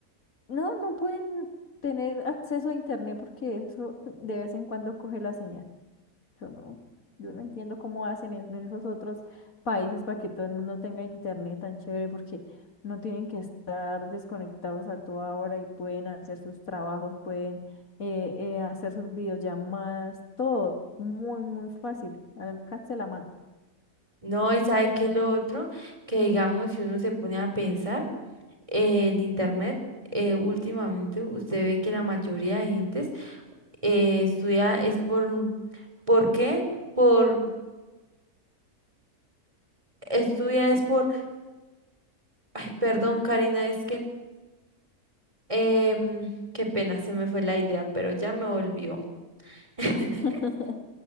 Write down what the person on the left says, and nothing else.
no, no pueden tener acceso a internet porque eso de vez en cuando coge la señal. Yo no, yo no entiendo cómo hacen en en esos otros países para que todo el mundo tenga internet tan chévere, porque no tienen que estar desconectados a toda hora y pueden hacer sus trabajos, pueden eh, eh, hacer sus videollamadas, todo muy, muy fácil, al alcance de la mano.
<laughs>